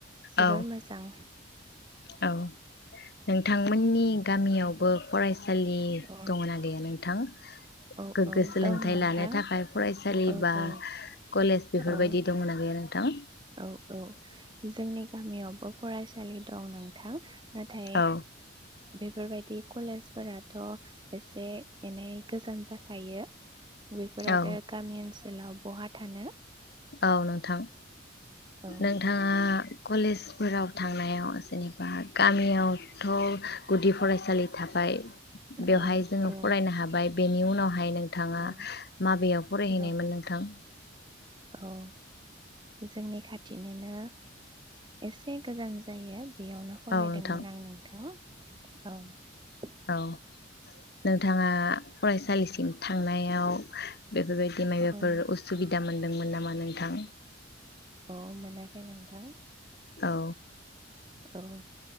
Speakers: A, on the right; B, on the left.
A: जोबोर
B: औ
A: मोजां।
B: औ। नोंथांमोननि गामियाव बो फरायस सालि
A: औ
B: दङना गैया नोंथां? <inaudible>
A: औ
B: गोग्गो
A: औ
B: सोलोंथाइ
A: दं नोंथां
B: लानो थाखाय फरायसालि
A: औ
B: बा
A: औ
B: कलेज बेफोरबायदि
A: औ
B: दंना गैया नोंथां?
A: औ औ। जोंनि गामियावबो फरायसालि दं नोंथां। नाथाय
B: औ
A: बेफोरबायदि कलेजफोराथ' एसे एनै गोजान जाखायो। बिफोर आरो
B: औ
A: गामि ओनस सोलाव बहा थानो
B: औ नोंथां
A: औ
B: नोंथाङा कलेज फोराव थांनायाव जेनेबा गामियाव थ' गुदि फरायसालि थाबाय बेवहाय
A: औ
B: जोङो
A: औ
B: फरायनो हाबाय बेनि उनावहाय नोंथाङा
A: औ
B: माबेयाव फरायहैनायमोन
A: औ
B: नोंथां?
A: औ जोंनि खाथिनोनो एसे गोजान जायो बेयावनो फरायदोंमोन
B: औ नोंथां
A: आं नोंथां औ।
B: औ नोंथाङा फरायसालिसिम थांनायाव बेफोरबायदि मायबाफोर
A: औ
B: उसुबिदा मोनदों मोनदोंमोन नामा नोंथां
A: औ मोनाखै नोंथां
B: औ
A: औ